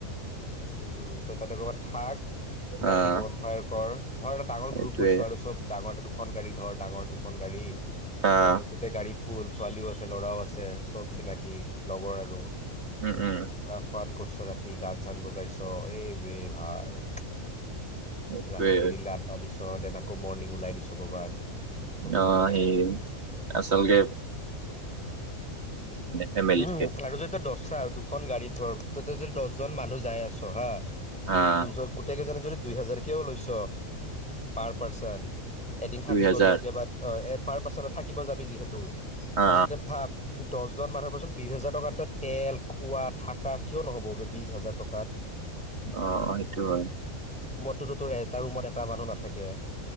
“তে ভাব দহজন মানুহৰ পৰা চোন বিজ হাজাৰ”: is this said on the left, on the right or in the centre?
Centre